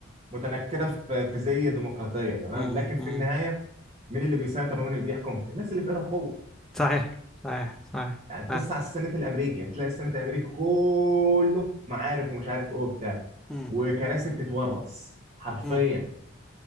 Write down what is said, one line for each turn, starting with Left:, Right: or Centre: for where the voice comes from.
Right: متنكره في في زي ديمقراطيه تمام
Centre: أمم،
Right: لكن في
Centre: أمم.
Right: النهايه مين اللي بيسيطر ومين اللي بيحكم الناس اللي في ايدها القوه
Centre: صحيح صحيح صحيح
Right: يعني
Centre: صحيح.
Right: تبص على السنات الامريكي هتلاقي السنات الامريكي كله معارف ومش عارف ايه وبتاع
Centre: أمم،
Right: وكراسي بتتورث حرفيا
Centre: أمم.